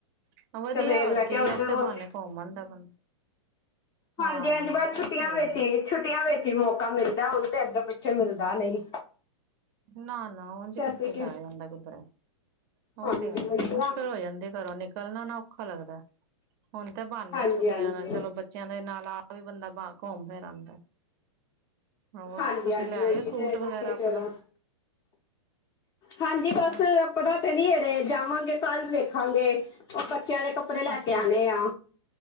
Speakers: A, on the right (about 40°); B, on the left (about 25°).
A: ਹੈ ਵਧੀਆ
B: ਤੇ ਫੇਰ
A: ਹੋਰ
B: ਮੈਂ ਕਿਹਾ
A: ਕੀ
B: ਉਧਰ
A: ਐਸੇ ਬਾਨੇ ਘੁੰਮ ਆਂਦਾ ਬੰਦਾ।
B: ਹਾਂਜੀ-ਹਾਂਜੀ,
A: ਹਾਂ
B: ਬਸ ਛੁੱਟੀਆਂ
A: ਉਹ ਤੇ ਹੈ
B: ਵਿੱਚ
A: ਹੈ
B: ਹੀ। ਛੁਟ ਛੁਟੀਆਂ ਵਿੱਚ ਹੀ ਮੌਕਾ ਮਿਲਦਾ ਉਝ ਤੇ ਅੱਗੇੋਂ ਪਿੱਛੇ ਮਿਲਦਾ ਨਹੀਂ।
A: ਨਾ-ਨਾ, ਉੰਝ
B: ਤੇ
A: ਕਿੱਥੇ
B: ਅਸੀਂ ਕਿ
A: ਜਾਇਆ ਜਾਂਦਾ, ਕਿੱਧਰੇ,
B: ਹਾਂਜੀ
A: ਉਹ ਤੇ ਹੈ
B: ਉਹੀ
A: ਈ ਏ ਮੁਸ਼ਕਿਲ
B: ਨਾ
A: ਹੋ ਜਾਂਦੀ, ਘਰੋਂ ਨਿਕਲਣਾ ਨਾ, ਔਖਾ ਲੱਗਦਾ ਹੁਣ ਤਾਂ ਬਹਾਨਾ
B: ਹਾਂਜੀ
A: ਛੁੱਟੀਆਂ
B: ਹਾਂਜੀ
A: ਦਾ ਚਲੋ ਬੱ ਬੱਚਿਆਂ ਦੇ ਨਾਲ, ਆਪ ਵੀ ਬੰਦਾ ਬਾਹਰ ਘੁੰਮ ਫਿਰ ਆਂਦਾ। ਹੋਰ
B: ਹਾਂਜੀ
A: ਤੁਸੀਂ,
B: ਹਾਂਜੀ
A: ਲੈ ਆਏ
B: ਉਹੀ
A: ਓ ਸੂਟ,
B: ਤੇ
A: ਵਗੈਰਾ
B: ਮੈਂ ਕਿਹਾ
A: ਆਪਣਾ?
B: ਚਲੋ ਹਾਂਜੀ, ਬਸ
A: ਹੋਰ
B: ਆਪਣਾ ਤੇ, ਨਹੀਂ ਅਜੇ ਜਾਵਾਂਗੇ। ਕੱਲ ਵੇਖਾਂਗੇ, ਉਹ ਬੱਚਿਆਂ ਦੇ ਕੱਪੜੇ ਲੈ
A: ਅੱਛਾ
B: ਕੇ, ਆਉਣੇ ਆ।